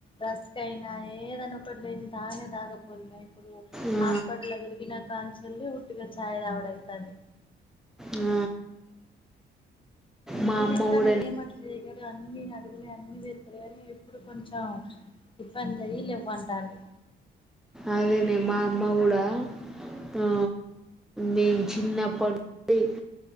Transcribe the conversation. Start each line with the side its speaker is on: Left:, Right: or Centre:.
Left: రస్క్ అయినా ఏదన్నా ఒకటి లేనిది తాగనే తాగకపోదుము. ఇ ప్పుడు
Centre: ఆ
Left: హాస్పిటల్లా తిరిగిన కాంచ్ వెళ్లి ఉట్టిగా చాయ్ తాగుడు అయితాది.
Centre: ఆ మా
Left: తినే
Centre: అమ్మ
Left: పనే
Centre: కూడానే
Left: ఏం అట్లా చేయరు అన్ని అ ప్పుడు ఇంకా అన్ని తెత్తడు కాని ఇప్పుడు కొంచెం ఇబ్బంది అయ్యి లెవ్వంటాండు.
Centre: అదేనే మా అమ్మ గూడా ఆ నేను చిన్నప్పటి నుండి